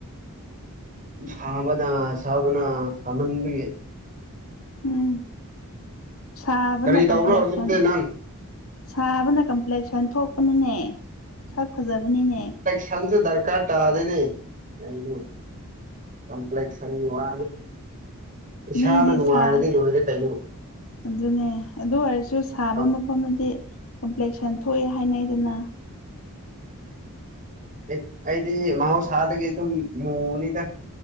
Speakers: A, on the right; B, on the left.
A: ꯁꯥꯕꯅ ꯁꯥꯕꯅ ꯀꯝꯃꯟꯕꯒꯤ
B: ꯎꯝ ꯁꯥꯕꯅ
A: ꯀꯔꯤ
B: ꯀꯝꯄ꯭ꯂꯦꯛꯁꯟ
A: ꯇꯧꯕ꯭ꯔꯣ ꯍꯧꯖꯤꯛꯇꯤ ꯅꯪ
B: ꯁꯥꯕꯅ ꯀꯝꯄ꯭ꯂꯦꯛꯁꯟ ꯊꯣꯛꯄꯅꯅꯦ ꯁꯛ ꯐꯖꯕꯅꯤꯅꯦ
A: ꯁꯟꯁꯨ ꯗꯔꯀꯥꯔ ꯇꯥꯗꯅꯦ ꯀꯩꯅꯣ ꯀꯝꯄ꯭ꯂꯦꯛꯁꯟꯒꯤ ꯋꯥ ꯏꯁꯥꯅ
B: ꯃꯤꯗꯤ
A: ꯅꯨꯡꯉꯥꯏꯔꯗꯤ
B: ꯁꯥ
A: ꯂꯣꯏꯔꯦ ꯀꯩꯅꯣ
B: ꯑꯗꯨꯅꯦ ꯑꯗꯨ ꯑꯣꯏꯔꯁꯨ ꯁꯥꯕ
A: ꯑꯩ-
B: ꯃꯐꯝꯗꯤ ꯀꯝꯄ꯭ꯂꯦꯛꯁꯟ ꯊꯣꯛꯑꯦ ꯍꯥꯏꯅꯩꯗꯅ
A: ꯑꯦ ꯑꯩꯗꯤ ꯃꯍꯧꯁꯥꯗꯒꯤ ꯑꯗꯨꯝ ꯃꯨꯅꯤꯗ